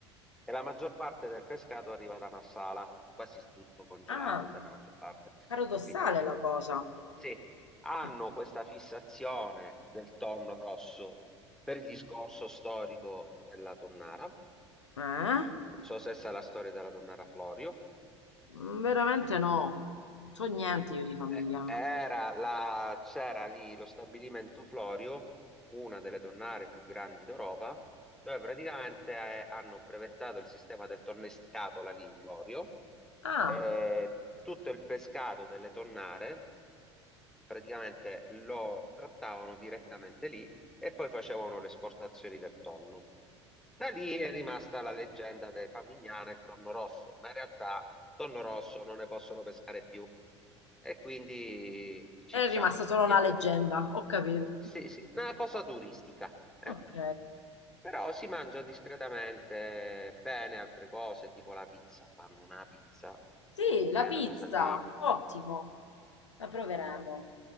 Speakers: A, in the centre; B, on the left.
A: E la maggior parte del pescato arriva da Massala, quasi tutto congelato
B: Ah,
A: per la maggior parte.
B: paradossale
A: Quindi eh,
B: la cosa.
A: sì, hanno
B: Ah,
A: questa fissazione del tonno rosso per il discorso storico della tonnara.
B: Eh?
A: Non so se sa la storia della tonnara Florio.
B: Mm, Veramente no. So niente io di Famigliana.
A: Eh, Era la, c'era lì lo stabilimento Florio, una delle tonnare più grandi d'Europa, dove praticamente eh, hanno brevettato il sistema del tornescatola lì, Florio,
B: Ah,
A: e tutto il pescato delle tonnare praticamente lo trattavano direttamente lì e poi facevano le esportazioni del tonno. Da lì è rimasta la leggenda dei Favignana e il tonno rosso, ma in realtà tonno rosso non ne possono pescare più. E quindi ciccia,
B: è rimasta solo
A: niente.
B: la leggenda, ho capito.
A: Sì, sì, una cosa turistica, ecco.
B: Ok.
A: Però si mangia discretamente bene altre cose, tipo la pizza. Fanno una pizza
B: Sì,
A: che
B: la
A: è
B: pizza,
A: una cosa divina.
B: ottimo, la proveremo.